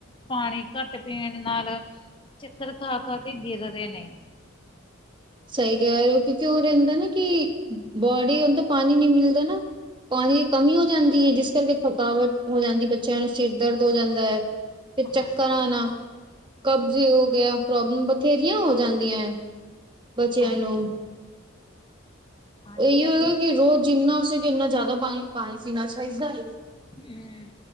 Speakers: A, on the left (about 25°); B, on the right (about 25°).
A: ਪਾਣੀ ਘੱਟ ਪੀਣ ਨਾਲ ਚੱਕਰ ਖਾ ਖਾ ਕੇ ਗਿਰ ਰੇ ਨੇ।
B: ਸਈ ਕੈ ਰਏ ਓ ਕਿ ਓ ਰੈਂਦਾ ਨਾ ਕਿ ਬੋਡੀ ਓਨ ਤਾਂ ਪਾਣੀ ਨੀ ਮਿਲਦਾ ਨਾ ਪਾਣੀ ਦੀ ਕਮੀ ਹੋ ਜਾਂਦੀ ਏ ਜਿਸ ਕਰਕੇ ਥਕਾਵਟ ਹੋ ਜਾਂਦੀ ਬੱਚੇਆਂ ਨੂੰ ਸਿਰ ਦਰਦ ਹੋ ਜਾਂਦਾ ਏ ਫਿਰ ਚੱਕਰ
A: ਹਾਂਜੀ,
B: ਮੈਂ ਆਣਾ ਕਬਜੀ ਹੋ ਗੇਆ ਪ੍ਰੋਬਲਮ ਬਥੇਰੀਆਂ ਹੋ ਜਾਂਦੀਆਂ ਐਂ ਬੱਚੇਆਂ
A: ਹਾਂਜੀ,
B: ਨੂੰ।
A: ਹਾਂਜੀ-ਹਾਂਜੀ।
B: ਏਈ ਓ ਓਕਿ ਰੋਜ਼ ਜਿੰਨਾ ਉਸੇ ਕੇ ਇੰਨਾ ਜਾਦਾ ਪਾਣੀ ਪਾਣੀ ਪੀਣਾ ਚਾਈਦਾ ਐ।
A: ਹੂੰ।